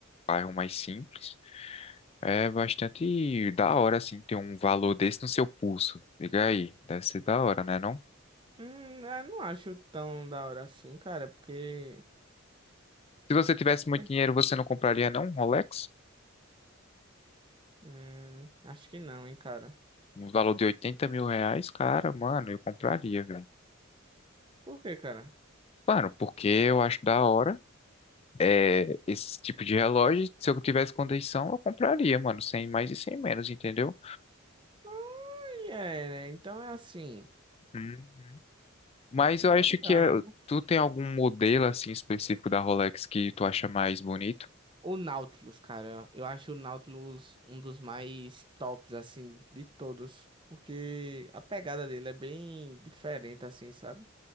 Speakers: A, on the left; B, on the right.
A: bairro mais simples. É bastante da hora, assim, ter um valor desse no seu pulso. Diga aí, deve ser da hora, né, não?
B: Hum, eu não acho tão da hora assim, cara, porque.
A: Se você tivesse muito
B: É.
A: dinheiro, você não compraria, não, um Rolex?
B: Hum, acho que não, hein, cara.
A: Um valor de oitenta mil reais? Cara, mano, eu compraria, velho.
B: Por quê, cara?
A: Mano, porque eu acho da hora é, esse tipo de relógio, se eu tivesse condição, eu compraria, mano, sem mais e sem menos, entendeu?
B: Olha, é, né? Então é assim.
A: Hum. Mas
B: Que
A: eu
B: legal.
A: acho que é, tu tem algum modelo assim específico da Rolex que tu acha mais bonito?
B: O Nautilus, cara. Eu acho o Nautilus um dos mais tops, assim, de todos. Porque a pegada dele é bem diferente, assim, sabe?